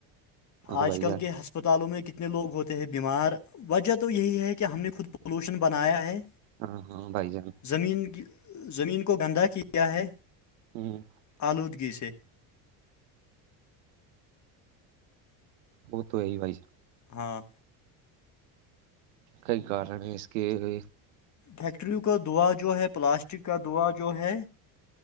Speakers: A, on the right (about 80°); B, on the left (about 40°).
A: ہاں
B: آج
A: بھائی
B: کل
A: جان
B: کے ہسپتالوں میں کتنے لوگ ہوتے ہیں بیمار وجہ تو یہی ہے کہ ہم نے خود پولوشن بنایا ہے
A: ہاں ہاں بھائی جان
B: زمین زمین کو گندہ کیا ہے
A: ہوں
B: آلودگی سے
A: وہ تو یہ وائی
B: ہاں
A: کئی کارن اس کے ہو
B: فیکٹریوں کا دعا جو ہے پلاسٹک کا دعا جو ہے